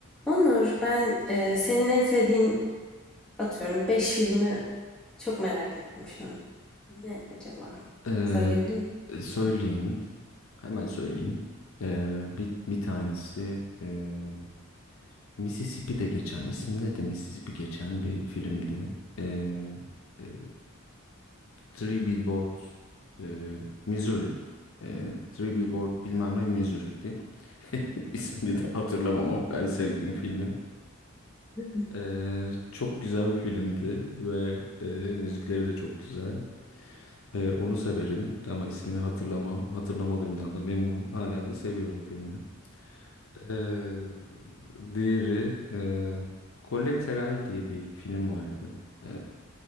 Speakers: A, in the centre; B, on the left.
A: Onur, ben e, senin en sevdiğin atıyorum 5 filmi çok merak ettim şu an. Ne acaba?
B: Eee,
A: Söyleyebilir
B: e, söyleyeyim. Hemen söyleyeyim. Eee, bir, bir tanesi eee Mississippi'de geçen, isminde de Mississippi geçen bir filmdi. Eee, eee, Three Billboards eee, Missouri. Eee, Three Billboard bilmem ne Missouri'ydi. <laughs> İsmini de hatırlamam ama ben sevdiğim filmin.
A: misin? <laughs>
B: Eee, çok güzel bir filmdi ve eee, müzikleri de çok güzel. Ee, onu severim ama ismini hatırlamam. Hatırlamadığımdan da memnunum. Hala da seviyorum filmi. Ee, diğeri e, Collateral diye bir film vardı. Ee,